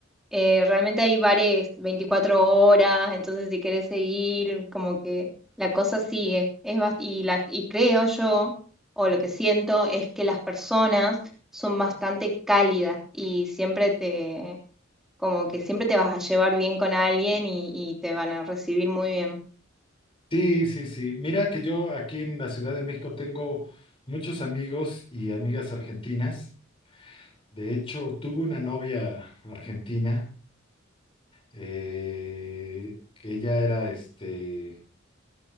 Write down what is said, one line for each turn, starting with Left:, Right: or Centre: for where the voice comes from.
Centre: Eh, realmente hay bares 24 horas, entonces si querés seguir, como que la cosa sigue. Es bas- y, la, y creo yo, o lo que siento, es que las personas son bastante cálidas y siempre te, como que siempre te vas a llevar bien con alguien y, y te van a recibir muy bien.
Left: Sí, sí, sí. Mira que yo aquí en la Ciudad de México tengo muchos amigos y amigas argentinas. De hecho, tuve una novia argentina eh, que ella era este,